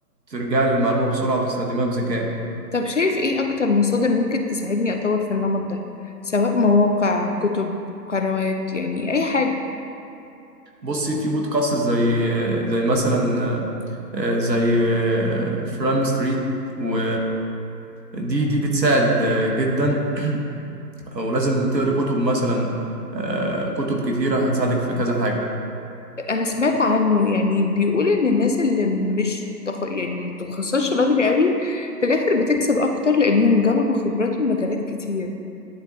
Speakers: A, on the right; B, on the left.
A: ترجعي للمعلومة بسرعة وتستخدميها بذكاء
B: طب شايف إيه أكتر مصادر ممكن تساعدني أطور في النمط ده سواء مواقع كتب قنوات يعني أي حاجة
A: بصي في بودكاست زي زي مثلا آه، زي فرام ستريت و دي دي بتساعد آه، جدا ولازم تقري كتب مثلا آه، كتب كتيرة هتساعدك في كذا حاجة
B: انا سمعت عنه يعني بيقول ان الناس اللي مش تخ... يعني متخصصش بدري قوي في الاخر بتكسب اكتر لانهم جمعوا خبرات من مجالات كتير